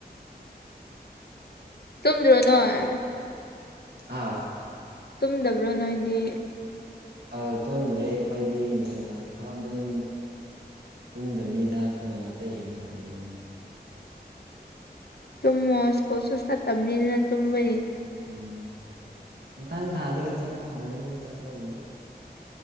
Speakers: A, on the left (about 70°); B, on the right (about 75°).
A: ꯇꯨꯝꯗ꯭ꯔꯣ ꯅꯣꯏ
B: ꯑꯥ
A: ꯇꯨꯝꯗꯕ꯭ꯔꯣ ꯅꯣꯏꯗꯤ
B: ꯑ ꯇꯨꯝꯗ꯭ꯔꯦ ꯑꯩꯈꯣꯏꯗꯤ ꯣꯡꯌꯥꯜꯐꯥꯎ ꯑꯗꯨꯝ ꯇꯨꯡꯗꯕꯤꯗ ꯐꯣꯟ ꯉꯥꯛꯇ ꯌꯦꯡꯒꯗꯔꯤꯕꯅꯤ
A: ꯇꯃꯁ ꯀꯣꯁꯨ ꯁ ꯇꯕꯅꯤꯅ ꯇꯅꯤ
B: ꯎꯝ ꯃꯊꯪ ꯊꯥꯗꯒꯤ ꯆꯠꯄ ꯍꯧꯔꯅꯤ ꯆꯠꯄꯕꯨꯗꯤ